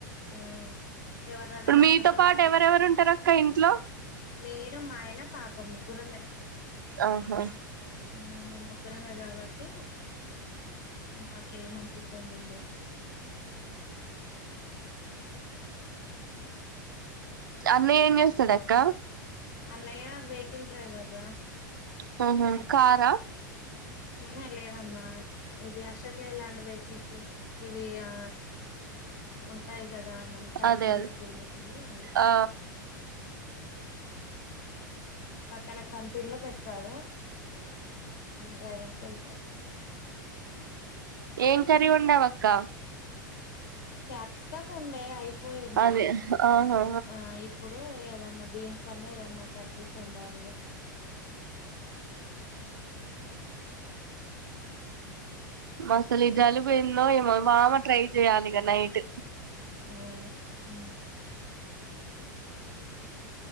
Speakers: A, on the left; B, on the right.
A: మ్ ఎవరిదైనా
B: ఇప్పుడు
A: పక్కనోళ్ళది
B: మీతో పాటు
A: అడిగినా
B: ఎవరెవరు ఉంటారు అక్క ఇంట్లో
A: నేను మా ఆయన పాప ముగ్గురమే
B: ఆహా
A: మ్మ్ ముగ్గురమే కాబట్టి మాకేమంటు ఇబ్బంది ఉండదు
B: అన్నయ్య ఏంజేస్తడక్క
A: అన్నయ్య వెహికిల్ డ్రైవర్ రా
B: హుహు కారా
A: ఉహు లేదమ్మా ఇది అశోక లయా ల్యాండ్ వెహికల్స్ వి ఇవి ఆ ఉంటాయి గదా మన సరుకులు
B: అదే అదే
A: తీసుకునేటివి అవి
B: ఆ
A: పక్కన కంపెనీలో పెట్టాడు డ్రైవింగ్ సెంటర్
B: ఏం కర్రీ వండావక్క
A: క్యాప్సీకం ఉండే అయిపోయింది
B: అదే ఆహా
A: ఆ ఇప్పుడు ఏద న్నా బీన్స్ అన్న ఏదన్నా కట్ జేసి వండాలిగా
B: మసలు జలు పో ఎందో ఏమో మామ ట్రై చెయాలిగ నైట్
A: ఊ మ్